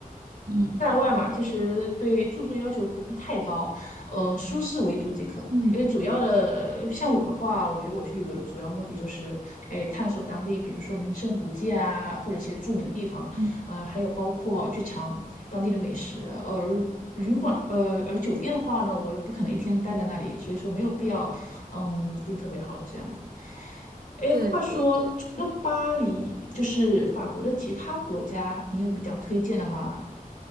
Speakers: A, on the right; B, on the left.
A: 嗯
B: 在外嘛，其实对住宿要求不必太高，嗯，舒适为主即可。
A: 嗯
B: 因为主要的，像我的话，我觉得我去旅游的主要目的就是，哎，探索当地，比如说名胜古迹啊，或者一些著名的地方，
A: 嗯，
B: 呃，还有包括去尝当地的美食。而旅馆，呃，而酒店的话呢，我又不可能一天待在那里，所以说没有必要，嗯，订特别好的这样子。哎，
A: 对对对。
B: 话说，除了巴黎，就是法国的其他国家，你有比较推荐的吗？